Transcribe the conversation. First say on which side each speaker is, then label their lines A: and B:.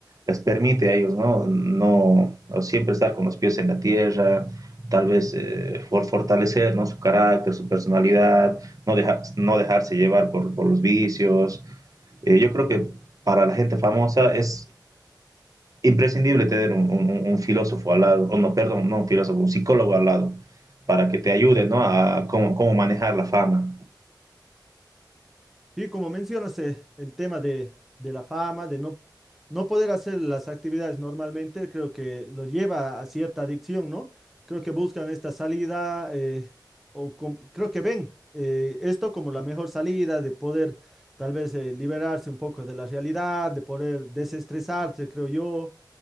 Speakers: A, on the right; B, in the centre.
A: les permite a ellos, ¿no? No no siempre estar con los pies en la tierra, tal vez eh, for, fortalecer, ¿no? Su carácter, su personalidad, no, deja, no dejarse llevar por, por los vicios. Eh, yo creo que para la gente famosa es imprescindible tener un, un, un filósofo al lado, o no, perdón, no un filósofo, un psicólogo al lado, para que te ayude ¿no? a cómo, cómo manejar la fama.
B: Y como mencionas, eh, el tema de, de la fama, de no, no poder hacer las actividades normalmente, creo que lo lleva a cierta adicción, ¿no? Creo que buscan esta salida, eh, o com- creo que ven eh, esto como la mejor salida de poder tal vez eh, liberarse un poco de la realidad, de poder desestresarse, creo yo.